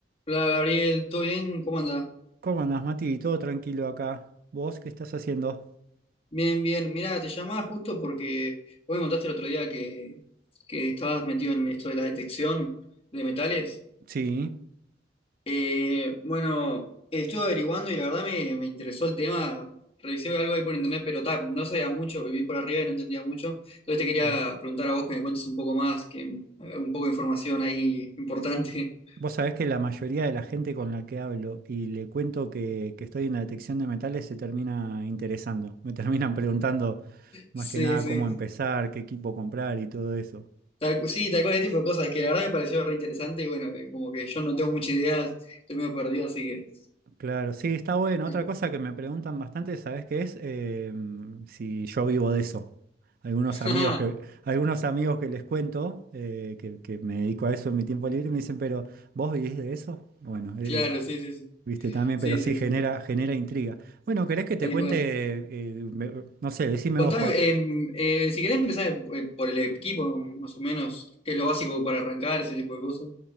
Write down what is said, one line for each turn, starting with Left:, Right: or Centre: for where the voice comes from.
Left: Hola Gabriel, ¿todo bien? ¿Cómo andás?
Right: ¿Cómo andás, Mati? Todo tranquilo acá. ¿Vos qué estás haciendo?
Left: Bien, bien. Mira, te llamaba justo porque vos me contaste el otro día que, que estabas metido en esto de la detección de metales.
Right: Sí,
Left: Eh, bueno, estuve averiguando y la verdad me, me interesó el tema. Revisé algo ahí por internet, pero ta, no sabía mucho, viví por arriba y no entendía mucho. Entonces te quería
Right: sí.
Left: preguntar a vos que me cuentes un poco más, que eh, un poco de información ahí importante. <laughs>
Right: Vos sabés que la mayoría de la gente con la que hablo y le cuento que, que estoy en la detección de metales se termina interesando. Me terminan preguntando más
Left: Sí,
Right: que nada
Left: sí.
Right: cómo empezar, qué equipo comprar y todo eso.
Left: Tal, cu- sí, tal cual ese tipo de cosas, que la verdad me pareció re interesante y bueno, eh, como que yo no tengo mucha idea, estoy medio perdido, así que...
Right: Claro, sí, está bueno.
Left: <laughs>
Right: Otra cosa que me preguntan bastante, ¿sabes qué es? Eh, si yo vivo de eso. Algunos amigos
Left: Ah,
Right: que, algunos amigos que les cuento, eh, que, que me dedico a eso en mi tiempo libre, me dicen, pero ¿vos vivís de eso? Bueno, eh,
Left: Claro,
Right: eh,
Left: sí, sí, sí,
Right: viste también,
Left: sí,
Right: pero sí genera,
Left: sí, sí,
Right: genera intriga. Bueno, ¿querés que te
Left: tal
Right: cuente?
Left: cual.
Right: eh, me- no sé, decime
Left: Contame,
Right: vos por.
Left: em, eh, si querés empezar eh, por el equipo, más o menos, qué es lo básico para arrancar, ese tipo de cosas.